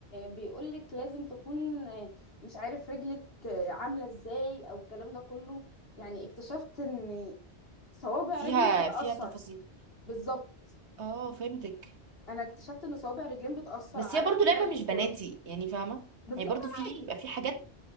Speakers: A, on the left; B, on the right.
A: بيقولك لازم تكون آه، مش عارف رجلك آه، عامله ازاي او الكلام ده كله يعني اكتشفت ان صوابع
B: فيها
A: رجلك بتأثر
B: فيها تفاصيل
A: بالظبط
B: اه فهمتك
A: انا اكتشفت ان صوابع رجلين بتأثر
B: بس
A: على
B: هي برضو لعبه
A: ضربة
B: مش
A: الكرة
B: بناتي يعني فاهمه
A: بالظبط
B: يعني برضو
A: انا
B: في
A: معاكي
B: بيبقى في حاجات